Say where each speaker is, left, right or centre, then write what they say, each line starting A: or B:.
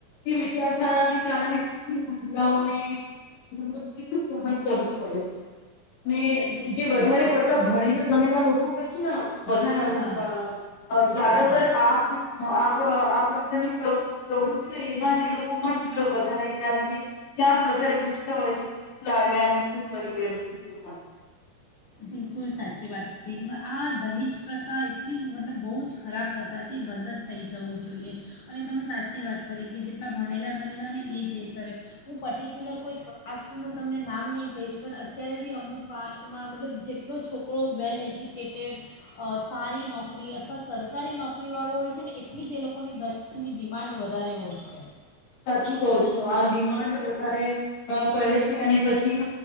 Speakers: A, on the left; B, on the left.
A: એ વિચારધારાને કારણે કેટલી મહિલાઓને કેટલું સહન કરવું પડે છે અને
B: બિલ
A: જે વધારે પડતા ભણીલા ભણેલા લોકો હોય છે ના બધા નંગ
B: હા
A: બાઓ અહ જ્યાદતર
B: હા
A: આપ હો આપ પ્રકારની પ્રવૃતિ એમાં જ એ લોકોમાં જ વધારે કારણ કે ત્યાં જ વધારે પૂછતા હોય છે શું લાવ્યા અને શું કર્યું એવું <inaudible>
B: બિલકુલ સાચી વાત કહી. આ દહેજ પ્રથા એટલી મતલબ બહુજ ખરાબ પ્રથા છે. બધ થઈ જવું જોઈએ. અને તમે સાચી વાત કરી કે જેટલા ભણેલા ભણેલા ને એ જે એ કરે હું પર્ટિક્યુલર કોઈ કાસ્ટનું તમને નામ નહીં કહીશ પણ અત્યારે બી અમુક કાસ્ટમાં મતલબ જે ટલો છોકરો વેલ એજ્યુક કેટેડ અહ સારી નોકરી અથવા સર સરકારી નોકરી વાળો હોય છે ને એક એટલી જે લોકોની ડિમાન્ડ વધારે હોય છે.
A: સાચું કહો છું આ ડિમાન્ડ વધારે અ કરે છે અને પછી